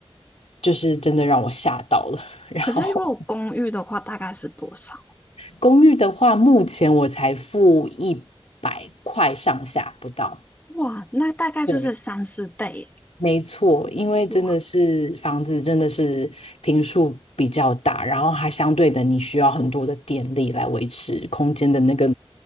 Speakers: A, on the left; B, on the left.
A: 就是真的让我吓到了。<laughs> 然后
B: 可是如果公寓的话，大概是多少？
A: 公寓的话，目前我才付一百块上下不到。
B: 哇，那大概就是三四倍耶
A: 对，没错，因为真的是房子真的是坪数比较大，
B: 哇
A: 然后它相对的你需要很多的电力来维持空间的那个